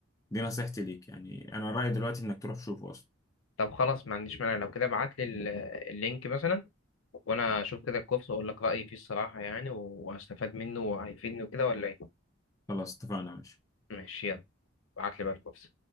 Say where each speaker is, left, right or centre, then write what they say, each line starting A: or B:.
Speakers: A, on the left (about 15°); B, on the left (about 80°).
A: دي نصيحتي ليك يعني انا رايي دلوقتي انك تروح تشوفه اصلا
B: طب خلاص ما عنديش مانع لو كده ابعت لي اللينك مثلا وأنا أشوف كده الكورس وأقول لك رأيي فيه الصراحة يعني وهستفاد منه وهيفيدني وكده ولا إيه
A: خلاص اتفقنا ماشي
B: ماشي يلا ابعت لي بقى الكورس